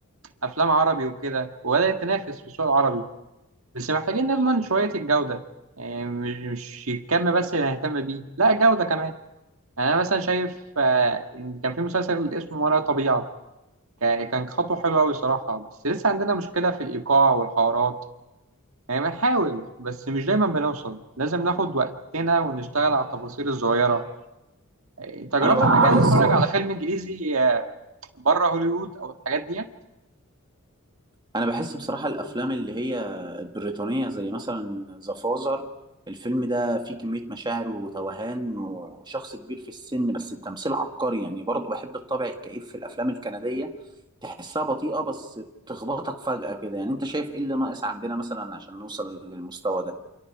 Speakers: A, on the right; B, on the right.
A: افلام عربي وكده وبدأت تنافس في السوق العربي بس محتاجين نضمن شوية الجودة يعني مش مش الكم بس اللي هنهتم بيه لا الجودة كمان يعني انا مثلا شايف آه، إن كان في مسلسل اسمه ما وراء الطبيعة كا- كان خطوة حلوة قوي الصراحة بس لسه عندنا مشكلة في الإيقاع والحوارات يعني بنحاول بس مش دايما بنوصل لازم ناخد وقتنا ونشتغل على التفاصيل الصغيرة آه، انت جربت
B: أنا
A: قبل
B: بحس
A: كده تتفرج على فيلم انجليزي بره هوليوود او الحاجات ديت
B: انا بحس بصراحه الافلام اللي هي البريطانيه زي مثلا ذا فازر الفيلم ده فيه كميه مشاعر وتوهان وشخص كبير في السن بس التمثيل عبقري يعني برضه بحب الطابع الكئيب في الافلام الكنديه تحسها بطيئه بس بتخبطك فجاه كده يعني انت شايف ايه اللي ناقص عندنا مثلا عشان نوصل للمستوى ده